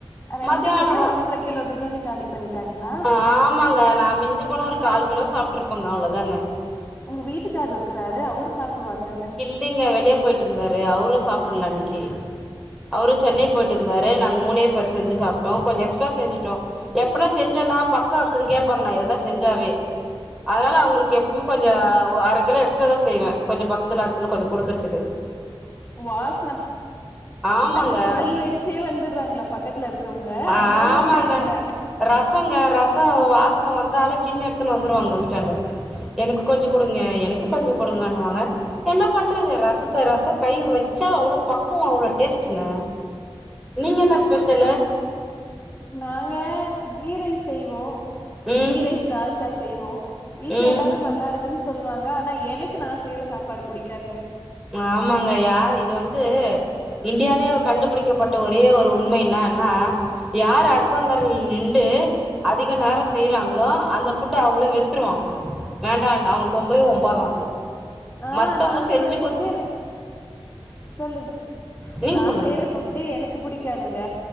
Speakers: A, on the left; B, in the centre.
A: ரெண்டு
B: மத்தியான
A: பேரே ஒன்ற கிலோ பிரியாணி காலி பண்ணிட்டாங்ளா
B: ஆ ஆமாங்க நா மிஞ்சு போன ஒரு கால் கிலோ சாப்பிட்டுருப்பங்க அவ்ளோதாங்க
A: உங்க வீட்டுக்கார்ரு இருக்கறாரு அவரு சாப்பிடுவாங்கல்ல
B: இல்லின்ங்க வெளிய போயிட்டுருந்தாரு அவரு சாப்டல அன்னைக்கு அவரு சென்னை போயிட்டு இருந்தாரு நாங்க மூணே பேரு செஞ்சு சாப்ட்டோ கொஞ்ச எக்ஸ்ட்ரா செஞ்சு டோ எப்பனா செஞ்சோன்னா பக்க அக்க கேப்பாங்க நா எதனா செஞ்சாவே அதனால அவங்களுக்கு எப்வுமே கொஞ்ச அரை கிலோ எக்ஸ்ட்ரா தா செய்வே கொஞ்ச பக்கத்துல தில கொஞ்ச குடுக்குறதுக்கு
A: வாசன
B: ஆமாங்க
A: அந்த ஸ்மெல் வச்சே வந்துடுறாங்களா பக் கத்துல இருக்கிறவங்க அந்த
B: ஆமாங்க
A: அவுளக் செய்வீங்க
B: ரசங்க ரச வாசன வந்தாலே கிண்ண எடுத்துன்னு வந்துருவாங்க வீட்டாண்ட எனக்கு கொஞ்ச குடுங்க எனக்கு கொஞ்ச குடுங்கன்னுவாங்க என்ன பண்றது ரசத்த ரச கை வச்சா அவ்ளோ பக்குவோ அவ்ளோ டேஸ்ட்டுங்க நீங்க என்ன
A: எர்ர
B: ஸ்பெஷலு
A: நாங்க கீ ரைஸ் செய்வோ
B: ம்
A: கீரைஸ் தால்சா செய்வோ வீட்ல
B: ம்
A: எல்லாரு நல்லா இருக்குன்னு சொல்லுவாங்க அனா எனக்கு நா செய்யற சாப்பாடு புடிக்காதுங்க
B: ஆமாங்க யார் இது வந்து இந்தியாலயே கண்டுபுடிக்கப்பட்ட ஒரே ஒரு உண்ம என்னன்னா யார் அடுப்பாங்கரைல்ல நின்டு அதிக நேரோ செய்றாங்களோ அந்த ஃபுட் அவங்களே வெறுத்துருவாங்கள வேண்டாடா அவங்களுக்கு ஒம்பவே ஒம்பாதா அது
A: ஆ
B: மத்தவங்க
A: நா செய்யற
B: செஞ்சு
A: ஃபுட்டு
B: குத்
A: எனக் சொல்லுங்க
B: நீங்க
A: நா
B: சொல்லுங்க
A: செய்ற ஃபுட்டு எனக்கு புடிக்காதுங்க